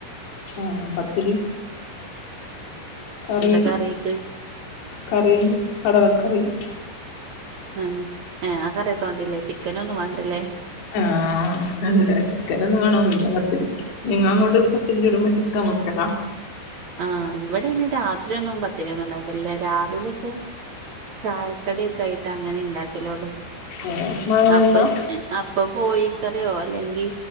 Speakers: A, on the left; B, on the right.
A: ഹാ പത്തിരീം കറീം
B: എന്താ കറിക്ക്
A: കറിയെന്ന് കടലക്കറീം
B: ആഹ് ഏഹ് ആ കറിയൊക്കെ മതില്ലേ ചിക്കനൊന്നും വാണ്ടല്ലേ
A: എഹ്, ആഹ് ല്ല ചിക്കനൊന്നും വേണന്നില്ല പത്തിരിക്ക് നിങ്ങ അങ്ങോട്ട് പത്തിരി ചുടുമ്പോ ചിക്കവെക്കലാ
B: ആഹ് ഇവിടെ അയ്ന് രാത്രി ഒന്നും പത്തിരിയൊന്നും ഉണ്ടാക്കലില്ലാ രാവിലെക്കെ ചായക്കടിയൊക്കെ ആയിട്ട് അങ്ങനെ ണ്ടാക്കലൊള്ളു
A: ആഹ് മഴയുണ്ടോ
B: അപ്പ അപ്പൊ കോഴിക്കറിയോ അല്ലെങ്കി